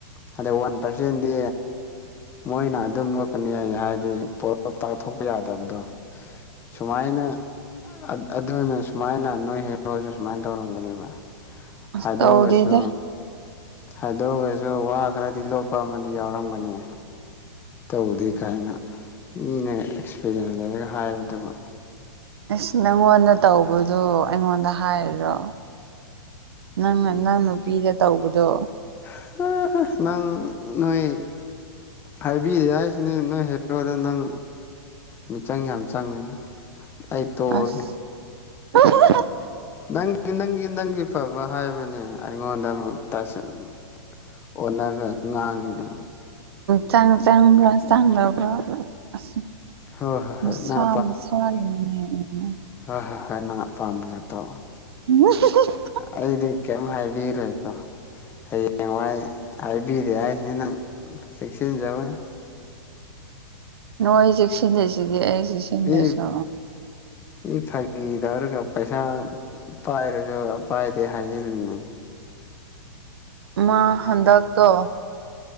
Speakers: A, on the left; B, on the right.
A: ꯍꯗꯤ ꯋꯥꯟ ꯄꯥꯔꯁꯦꯟꯗꯤ ꯃꯣꯏꯅ ꯑꯗꯨꯝ ꯂꯣꯛꯀꯅꯤ ꯍꯥꯏ ꯏ ꯍꯥꯏꯗꯤ ꯄꯣꯂꯞ ꯇꯥꯛꯊꯣꯛꯄ ꯌꯥꯗꯕꯗꯣ ꯁꯨꯃꯥꯏꯅ ꯑ ꯑꯗꯨꯅ ꯁꯨꯃꯥꯏꯅ ꯅꯣꯏ ꯍꯦꯔꯣꯁꯨ ꯁꯨꯃꯥꯏꯅ ꯇꯧꯔꯝꯒꯅꯦꯕ
B: ꯑꯁ
A: ꯍꯥꯏꯗꯣꯛꯑꯒꯁꯨ
B: ꯇꯧꯗꯦꯗ
A: ꯍꯥꯏꯗꯣꯛꯑꯒꯁꯨ ꯋꯥ ꯈꯔꯗꯤ ꯂꯣꯠꯄ ꯑꯃꯗꯤ ꯌꯥꯎꯔꯝꯒꯅꯤ ꯇꯧꯗꯦ ꯀꯥꯏꯅ ꯃꯤꯅ ꯑꯦꯛꯁꯄꯤꯔꯤꯌꯦꯟ ꯂꯩꯔꯒ ꯍꯥꯏꯕꯗꯨꯕꯨ
B: ꯑꯁ ꯅꯪꯉꯣꯟꯗ ꯇꯧꯕꯗꯣ ꯑꯩꯉꯣꯟꯗ ꯍꯥꯏꯔꯤꯔꯣ ꯅꯪꯅ ꯅꯪ ꯅꯨꯄꯤꯗ ꯇꯧꯕꯗꯣ
A: <unintelligible> ꯅꯪ ꯅꯣꯏ ꯍꯥꯏꯕꯤꯗꯦ ꯍꯥꯏꯁꯤꯅꯤ ꯅꯣꯏ ꯍꯦꯔꯣꯗꯣ ꯅꯪ ꯃꯤꯆꯪ ꯌꯥꯝ ꯆꯪꯉꯦ ꯑꯩ ꯇꯣꯛꯑꯒꯦ
B: ꯑꯁ <unintelligible>
A: ꯅꯪꯒꯤ ꯅꯪꯒꯤ ꯅꯪꯒꯤ ꯐꯕ ꯍꯥꯏꯕꯅꯦ ꯑꯩꯉꯣꯟꯗ ꯑꯃꯨꯛ ꯇꯥꯁꯤꯟ ꯑꯣꯟꯅꯔ ꯉꯥꯡꯉꯤꯗꯣ
B: ꯆꯥꯡ ꯆꯪꯕ꯭ꯔꯥ ꯆꯥꯡꯗꯕ꯭ꯔꯥ ꯑꯁ
A: ꯍꯣꯏ ꯍꯣꯏ ꯍꯣꯏ
B: ꯃꯁꯥ
A: ꯅꯪ
B: ꯃꯁꯥꯒꯤꯅꯤꯅꯦ <unintelligible>
A: ꯍꯥ ꯍꯥ ꯍꯥ ꯅꯥ ꯑꯄꯥꯝꯕꯗꯣ ꯇꯣ
B: <unintelligible>
A: ꯑꯩꯗꯤ ꯀꯩꯝ ꯍꯥꯏꯕꯤꯔꯣꯏꯀꯣ ꯍꯌꯦꯡꯋꯥꯏ ꯍꯥꯏꯕꯤꯗꯦ ꯍꯥꯏꯁꯤꯅꯤ ꯅꯪ ꯆꯦꯛꯁꯤꯟꯖꯧꯍꯦ
B: ꯅꯣꯏ ꯆꯦꯛ ꯁꯤꯜꯂꯤꯁꯤꯗꯤ ꯑꯩ ꯆꯤꯁꯤꯟꯗ꯭ꯔꯥꯁꯨ
A: ꯃꯤ ꯏ ꯐꯥꯒꯤ ꯇꯧꯔꯒ ꯄꯩꯁꯥ ꯄꯥꯏꯔꯁꯨ ꯄꯥꯏꯗꯦ ꯍꯥꯏꯖꯤꯜꯂꯤꯅꯦ
B: ꯃꯥ ꯍꯟꯗꯛ ꯇꯣ